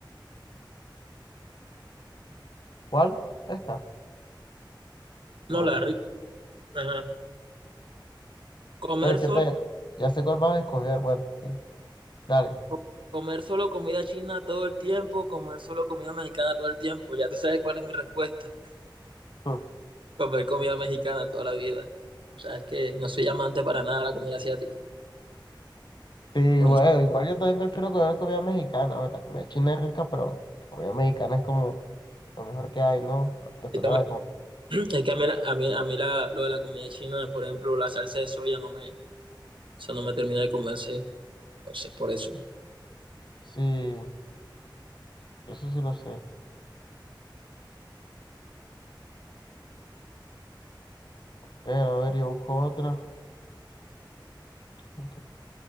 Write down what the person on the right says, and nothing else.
No, la
rica. Ajá. Comer
solo
co- Comer solo comida china todo el tiempo, comer solo comida mexicana todo el tiempo. Ya tú sabes cuál es mi respuesta.
Comer comida mexicana toda la vida. O sea, es que no soy amante para nada de la comida asiática.
Entonces,
es que
a
mí,
<clears throat> es que a mí, la- a mí, a mí la- lo de la comida china, por ejemplo, la salsa de soya no me, eso no me termina de convencer. Entonces, por eso.